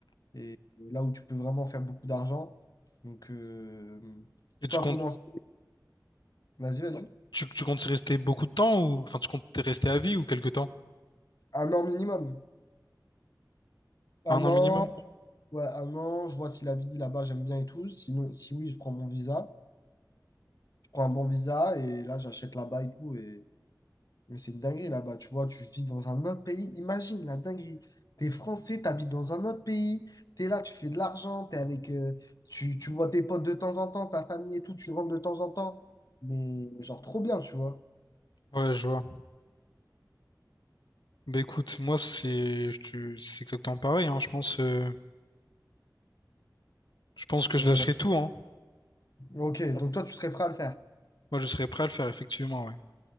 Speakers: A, on the left (about 55°); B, on the left (about 90°).
A: Et, et là où tu peux vraiment faire beaucoup d'argent. Donc, euh,
B: Et
A: toi,
B: tu comptes
A: commence. Vas-y, vas-y.
B: tu, tu comptes y rester beaucoup de temps ou enfin tu comptes y rester à vie ou quelque temps?
A: Un an minimum. Un
B: Un
A: an,
B: an minimum?
A: ouais, un an, je vois si la vie là-bas, j'aime bien et tout. Sinon, si oui, je prends mon visa. Je prends un bon visa et là, j'achète là-bas et tout. et Mais c'est une dinguerie là-bas, tu vois, tu vis dans un autre pays. Imagine la dinguerie. T'es français, t'habites dans un autre pays, t'es là, tu fais de l'argent, t'es avec, euh, tu, tu vois tes potes de temps en temps, ta famille et tout, tu rentres de temps en temps. Mais genre trop bien, tu vois.
B: Ouais, je vois. Bah écoute, moi c'est je- te- c'est exactement pareil, hein. Je pense euh, je pense que
A: Mais
B: je lâcherai tout, hein.
A: ok, donc toi, tu serais prêt à le faire.
B: Moi, je serais prêt à le faire, effectivement, ouais.